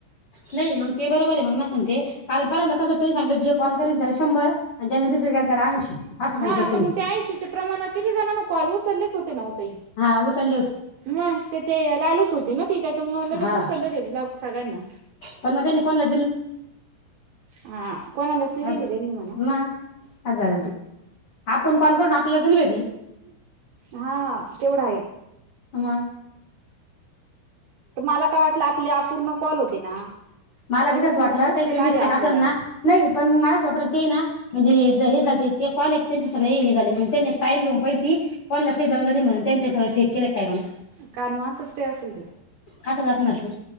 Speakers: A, on the left (about 65°); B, on the right (about 70°).
A: नाही मग ते बरोबर आहे मग ना. सांगते कालपर्यंत कसं होतं त्यांनी सांगितलं जो कॉल करीन त्याला शंभर आणि ज्याने रिसिव्ह केला त्याला ऐंशी असं सांगितलं
B: हा
A: होतं
B: पण
A: त्यांनी
B: मग त्या ऐंशीच्या प्रमाणात किती जणांना कॉल उचललेत <inaudible> ताई
A: हा उचलले होते
B: मग ते ते लालूच होती ना ती त्यांच्यामुळ लगेच
A: हा
B: उचलले ते ब्लॉक सगळ्यांना
A: पण मग त्यांनी कोणाला
B: हा कोणालाच नाही दिले
A: अगं
B: त्यांनी म्हणा
A: म हजार आणि ती पण कॉल करून आपल्याला जरी भेटले
B: हा तेवढा हाये
A: म
B: त मला काय वाटलं आप पले अपूर्ण कॉल होते ना
A: मला
B: त्याच्यामुळ
A: बी तसच वाटलं
B: नसेल
A: काही काही
B: आले
A: मिस्टेक
B: आपल्याला.
A: असन ना नाई पण मला असं वाटू राय की हाय ना म्हणजे जे हे झालते, ते कॉल एक त्यांचे सगळे हे झाले. त्यांनी एक ट्रायल घेऊन पाहिल की, कॉलला ते जमलं नाही म्हणून, त्यांचे सगळं चेक केले काय ग
B: काय मग असच ते असेल ते
A: असंच असणार ते